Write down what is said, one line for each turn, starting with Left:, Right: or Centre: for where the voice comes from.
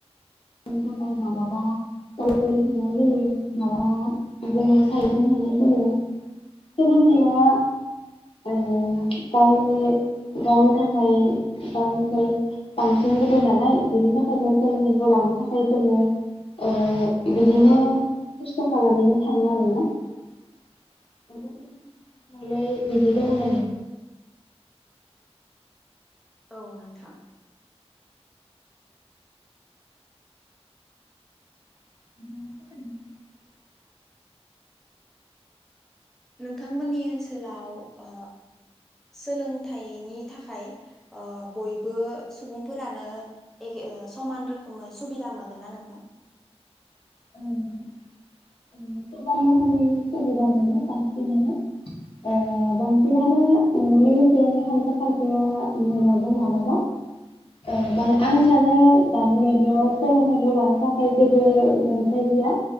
Left: <unintelligible> सोलोंथाया ओ गावनि थाखाय <unintelligible> थाखाय जोङो ओ बिदिनो खस्थ' खालामहैनो थाङो आरोना <inaudible> बिदि दं ना गैया?
Centre: औ नोंथां।
Left: <inaudible>
Centre: नोंथांमोननि ओनसोलाव ओ सोलोंथाइनि थाखाय ओ बयबो सुबुंफोरानो एखे समान रोखोमै सुबिदा मोनोना नोंथां?
Left: <inaudible> गोबां रोखोमै सुबिदा मोनो बांसिनानो ओ बांसिनानो मोनो लोगोसे खायफा खायफाया मोनाबो मालाबा ओ बां आं सानो दानि बायदियाव सोलोंथाइखौ लानो थाखाय जेबो मोनथाय गैया